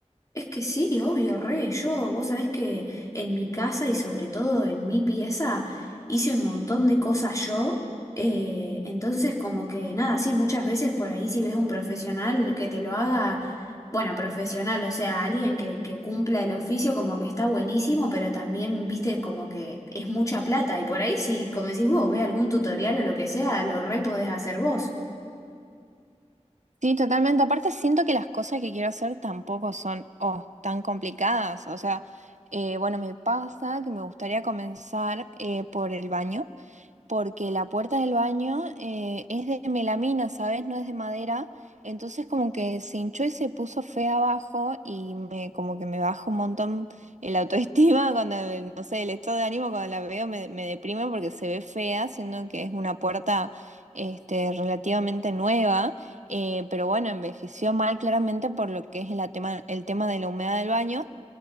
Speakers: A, on the left (about 25°); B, on the right (about 80°).
A: Es que sí, obvio, re. Yo, vos sabés que en mi casa y sobre todo en mi pieza hice un montón de cosas yo. eh, entonces, como que nada, sí, muchas veces por ahí si ves un profesional que te lo haga, bueno, profesional, o sea, alguien que, que cumpla el oficio, como que está buenísimo, pero también, viste, como que es mucha plata. Y por ahí si, como decís vos, ves algún tutorial o lo que sea, lo re podés hacer vos.
B: Sí, totalmente. Aparte, siento que las cosas que quiero hacer tampoco son, oh, tan complicadas. O sea, eh, bueno, me pasa que me gustaría comenzar eh, por el baño. porque la puerta del baño eh, es de melamina, ¿sabes? No es de madera. Entonces como que se hinchó y se puso fea abajo y me, como que me baja un montón el autoestima <laughs> cuando, eh, no sé, el estado de ánimo cuando la veo me, me deprime porque se ve fea, siendo que es una puerta este, relativamente nueva. Eh, pero bueno, envejeció mal claramente por lo que es el tema, el tema de la humedad del baño.